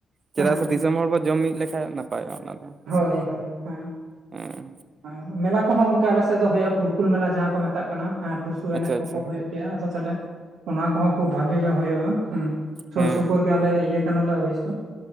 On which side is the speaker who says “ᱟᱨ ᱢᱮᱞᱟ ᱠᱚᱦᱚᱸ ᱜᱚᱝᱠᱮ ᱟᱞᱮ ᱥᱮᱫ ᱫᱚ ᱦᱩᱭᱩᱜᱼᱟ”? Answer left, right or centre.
Right